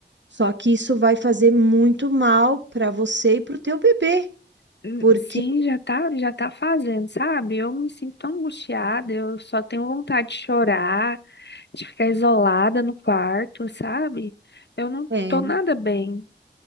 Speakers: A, on the right; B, on the left.
A: Só que isso vai fazer muito mal para você e para o teu bebê,
B: Hum,
A: porque
B: Sim, já tá, já tá fazendo, sabe? Eu me sinto tão angustiada, eu só tenho vontade de chorar, de ficar isolada no quarto, sabe? Eu não
A: é,
B: tô nada bem.